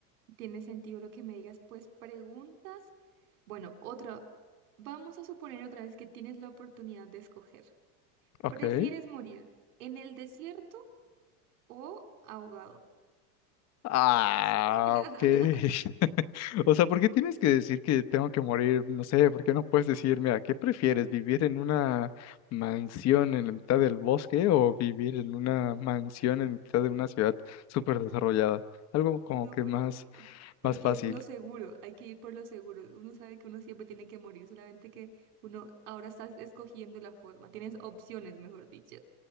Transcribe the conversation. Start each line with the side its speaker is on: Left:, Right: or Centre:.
Right: tiene sentido lo que me digas. Pues preguntas. Bueno, otra, vamos a suponer otra vez que tienes la oportunidad de escoger.
Left: Ok.
Right: ¿Prefieres morir en el desierto o ahogado?
Left: Ah,
Right: <laughs>
Left: ok. <laughs> O sea, ¿por qué tienes que decir que tengo que morir? No sé, ¿por qué no puedes decir, mira, ¿qué prefieres? ¿Vivir en una mansión en la mitad del bosque o vivir en una mansión en mitad de una ciudad súper desarrollada? Algo como
Right: No,
Left: que más,
Right: Porque
Left: más fácil.
Right: es lo seguro, hay que ir por lo seguro. Uno sabe que uno siempre tiene que morir, solamente que uno ahora estás escogiendo la forma. Tienes opciones, mejor dicho.